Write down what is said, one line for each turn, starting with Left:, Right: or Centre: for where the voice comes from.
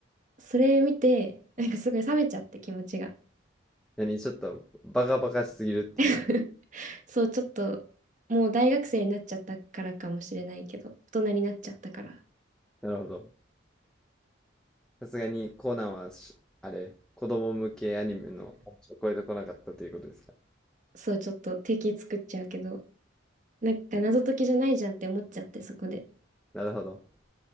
Right: それ見て、なんかすごい冷めちゃって気持ちが。
Centre: 何、ちょっとバカバカしすぎるっていう。
Right: <laughs> そう、ちょっと、もう大学生になっちゃったからかもしれないけど、大人になっちゃったから、
Centre: なるほど。さすがにコナンはし、あれ、子供向けアニメのを超えてこなかったということですか
Right: そう、ちょっと敵作っちゃうけど、なんか謎解きじゃないじゃんって思っちゃって、そこで。
Centre: なるほど。